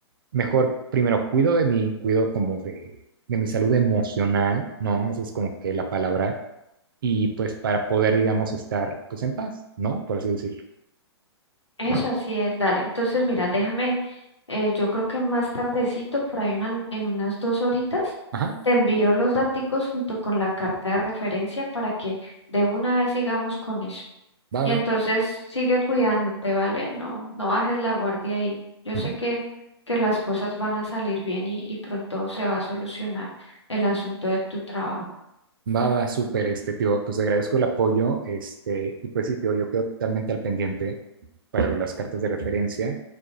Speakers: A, on the right; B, on the left.
A: mejor primero cuido de mí, cuido como de, de mi salud emocional, ¿no? Esa es como que la palabra. Y pues para poder, digamos, estar pues en paz, ¿no? Por así decirlo.
B: Eso así es, dale. Entonces, mira, déjame, eh, yo creo que más tardecito, por ahí una- en unas dos horitas,
A: Ajá,
B: te envío los daticos junto con la carta de referencia para que de una vez sigamos con eso.
A: va,
B: Y
A: va.
B: entonces sigue cuidándote, ¿vale? No, no bajes la guardia ahí. Yo
A: Ujú.
B: sé que, que las cosas van a salir bien y, y pronto se va a solucionar el asunto de tu trabajo.
A: Va, va, súper, este, tío, pues te agradezco el apoyo, este, y pues sí, tío, yo quedo totalmente al pendiente para lo- las cartas de referencia,